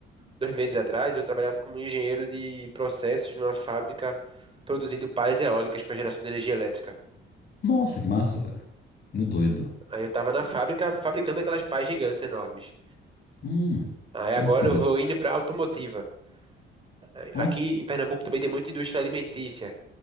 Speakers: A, on the right; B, on the left.
A: dois meses atrás, eu trabalhava como engenheiro de processos numa fábrica produzindo pás eólicas para geração de energia elétrica.
B: Nossa, que massa, velho. Muito doido.
A: Aí eu tava na fábrica fabricando aquelas pás gigantes enormes.
B: Hum,
A: Aí agora
B: nossa, que doido.
A: eu vou indo para automotiva. Aí
B: Ó,
A: Aqui em Pernambuco também tem muita indústria alimentícia.